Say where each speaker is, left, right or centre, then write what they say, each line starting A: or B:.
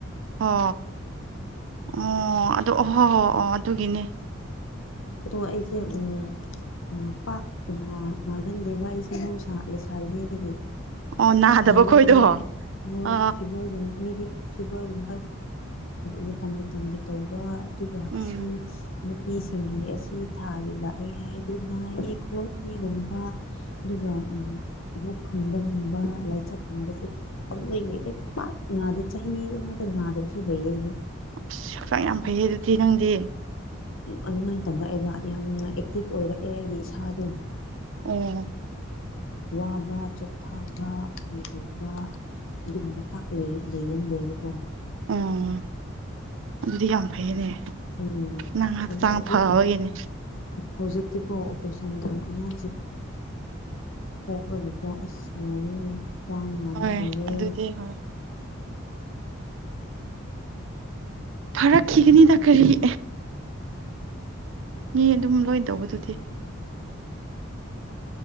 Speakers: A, on the right (about 65°); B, on the left (about 70°).
A: ꯍꯣ ꯑꯣ ꯑꯗꯨ ꯑꯣ ꯍꯣ ꯍꯣ ꯑꯣ ꯑꯗꯨꯒꯤꯅꯦ
B: ꯑꯗꯣ ꯑꯩꯁꯦ ꯎꯝ ꯄꯥꯛ ꯅꯥ ꯅꯥꯒꯟꯗꯦꯕ ꯑꯩꯁꯦ ꯃꯍꯧꯁꯥ ꯂꯩ ꯁꯥꯔꯤꯉꯩꯗꯒꯤ
A: ꯑꯣ ꯅꯥꯗꯕ
B: ꯅꯥꯒꯟꯗꯦ
A: ꯈꯣꯏꯗꯣ
B: ꯍꯥꯢꯕꯗꯤ ꯃꯣꯏ
A: ꯑꯥ
B: ꯐꯤꯕꯔꯒꯨꯝ ꯃꯤꯗꯤ ꯐꯤꯕꯔꯒꯨꯝꯕ ꯃꯇꯝ ꯃꯇꯝꯒꯤ ꯇꯧꯕ ꯑꯗꯨꯒ
A: ꯎꯝ
B: ꯑꯁꯤ ꯅꯨꯄꯤꯁꯤꯡ ꯁꯤꯡꯒꯤꯒ ꯑꯁꯤ ꯊꯥꯒꯤ ꯂꯥꯛꯑꯦ ꯍꯥꯏꯔꯗꯤ ꯅꯥꯏꯑꯦ ꯈꯣꯠꯂꯦꯒꯨꯝꯕ ꯑꯗꯨꯒ ꯎꯝ ꯂꯣꯛ ꯊꯨꯡꯕꯒꯨꯝꯕ ꯂꯥꯏꯆꯠꯀꯨꯝꯕꯁꯦ ꯄꯪꯂꯣꯏꯉꯩ ꯄꯥꯛ ꯉꯥꯗꯦ ꯆꯍꯤ ꯑꯃꯗ ꯅꯥꯗꯕꯁꯨ ꯂꯩ ꯑꯩꯗꯤ
A: ꯑꯁ ꯍꯛꯆꯥꯡ ꯌꯥꯝ ꯐꯩꯌꯦ ꯑꯗꯨꯗꯤ ꯅꯪꯗꯤ
B: ꯑꯗꯨꯃꯥꯏꯅ ꯇꯧꯔꯛꯑꯦꯕ ꯌꯥꯝꯅ ꯑꯦꯛꯇꯤꯚ ꯑꯣꯏꯔꯛꯑꯦ ꯑꯩꯒꯤ ꯏꯁꯥꯗꯣ
A: ꯎꯝ
B: ꯋꯥꯕ ꯆꯣꯛꯊꯥꯕ ꯀꯔꯤ ꯇꯧꯕ ꯑꯗꯨꯝꯕ ꯄꯥꯛ ꯂꯩꯒꯟꯗꯦꯕꯀꯣ
A: ꯎꯝ ꯑꯗꯨꯗꯤ ꯌꯥꯝ ꯐꯩꯅꯦ
B: ꯎꯝ
A: ꯅꯪꯍꯛꯆꯥꯡ
B: ꯑꯗꯣ ꯍꯧꯖꯤꯛ
A: ꯐꯕꯒꯤꯅꯦ
B: ꯍꯧꯖꯤꯛꯇꯤꯀꯣ ꯑꯣꯄ꯭ꯔꯦꯁꯟ ꯇꯧ ꯑꯉꯥꯡꯁꯦ ꯄꯣꯛꯄꯒꯤ ꯀꯣ ꯑꯁ ꯂꯣꯏꯔꯦ ꯈ꯭ꯋꯥꯡ ꯅꯥꯕ
A: ꯍꯣꯏ
B: ꯍꯧꯔꯦ
A: ꯑꯗꯨꯗꯤ ꯍꯣꯏ
B: <inaudible>
A: ꯐꯔꯛꯈꯤꯒꯅꯤ ꯗ ꯀ꯭ꯔꯤꯒꯤ ꯃꯤ ꯑꯗꯨꯝ ꯂꯣꯏ ꯇꯧꯕꯗꯨꯗꯤ